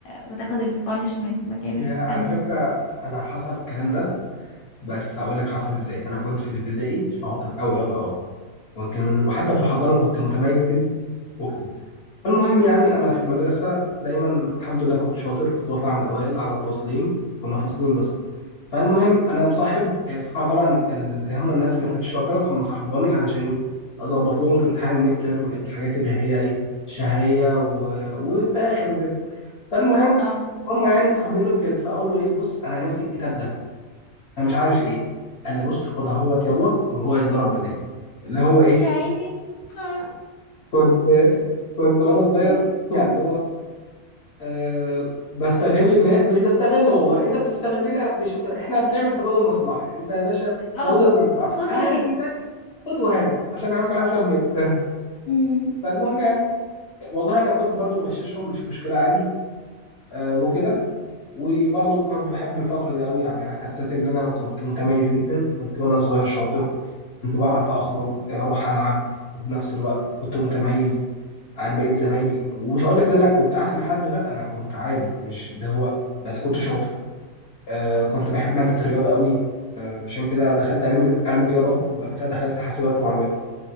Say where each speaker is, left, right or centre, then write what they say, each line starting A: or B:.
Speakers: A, on the left; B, on the left.
A: وتاخد البانشمنت مكان
B: يا على
A: تانية
B: فكرة أنا حصل الكلام ده بس هقولك حصل إزاي أنا كنت في الابتدائي شاطر أوي أوي أوي كنت من وحتى في الحضانة كنت متميز جدا وكده المهم يعني أنا في المدرسة دايما الحمد لله كنت شاطر كنت بطلع من الأوائل على الفصلين كنا فصلين بس فالمهم أنا مصاحب آه، صح- طبعا اللي هم الناس اللي ما كانتش شاطرة كان مصاحباني علشان إيه أظبط لهم في امتحان الميد تيرم الحاجات اللي هي إيه شهرية و... وفي آخر وكده فالمهم
A: اه
B: هم يعني مصاحبيني وكده فأقول له إيه بص أنا ناسي الكتاب ده أنا مش عارف إيه قال لي بص خد أهوت يلا وهو يتضرب بإيديه اللي هو إيه
A: يا عيني اه
B: كنت كنت وانا صغير
A: <laughs>
B: يعني اللي هو أه بستغل الناس مش بستغل والله انت بتستغلني انا مش احنا بنعمل تبادل مصلحه انت يا باشا
A: اه
B: تبادل منفعه
A: خد
B: انا
A: وهات
B: افيدك خد وهات عشان عم عشان مات <laughs>
A: مم.
B: فالمهم يعني والله انا كنت برضو بغششهم مش مشكله عادي أه وكده وبرضو كنت بحب الفتره دي قوي يعني انا حسيت ان انا كنت متميز جدا كنت وانا صغير شاطر كنت بعرف أخرج أروح ألعب وفي نفس الوقت كنت متميز عن بقية زمايلي ومش هقول لك لا أنا كنت أحسن حد لا أنا كنت عادي مش اللي هو بس كنت شاطر آه كنت بحب مادة الرياضة قوي آه عشان كده دخلت علم علم رياضة أهو، وبعد كده دخلت حاسبات معلومات